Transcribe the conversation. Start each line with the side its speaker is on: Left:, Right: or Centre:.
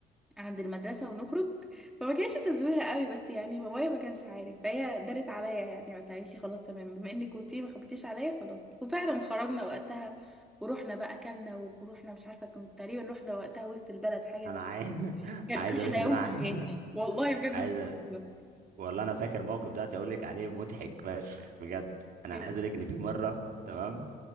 Centre: عند المدرسة ونخرج فما كانش تزويغة قوي بس يعني بابايا ما كانش عارف فهي دارت عليا يعني وقتها قالت لي خلاص تمام بما انك كنتي ما خبيتيش عليا خلاص وفعلا خرجنا وقتها ورحنا بقى اكلنا ورحنا مش عارفة كنت تقريبا رحنا وقتها وسط البلد حاجة
Right: انا
Centre: زي
Right: عايز <laughs>
Centre: كان
Right: عايز
Centre: احلى
Right: اقول لك ان
Centre: يوم
Right: انا عايز
Centre: في حياتي والله
Right: <laughs>
Centre: بجد
Right: عايز
Centre: مش بهزر
Right: أ- والله انا فاكر موقف ده اقول لك عليه مضحك فشخ بجد انا
Centre: إيه؟
Right: عايز اقول لك ان في مره تمام